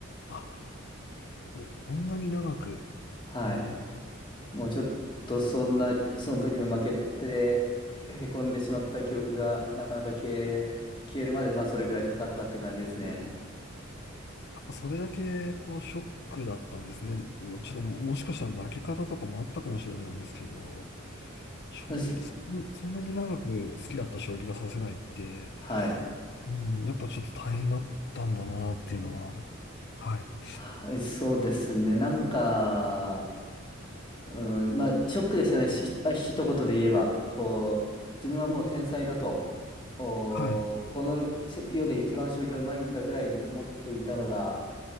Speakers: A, on the left; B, on the left.
A: あ、ここんなに長く、
B: <laughs> はい。
A: ええ、
B: もうちょっとそんな、その時の負けて、へこんでしまった記憶がなかなか消え、消えるまで、まあそれぐらいかかったって感じですね。
A: それだけ、こう、ショックだったんですね。もうちょっと、もしかしたら負け方とかもあったかもしれないんですけど、将棋、
B: よし
A: そそんなに長く好きだった将棋が指せないって、
B: はい。
A: うん、やっぱちょっと大変だったんだなっていうのは、はい。
B: はいそうですね。なんか、うん、まあショックでしたね。し、あ、一言で言えば、こう、自分はもう天才だと。おーこの世で一番将棋がうまいんだぐらいに思っていたのが、
A: はい。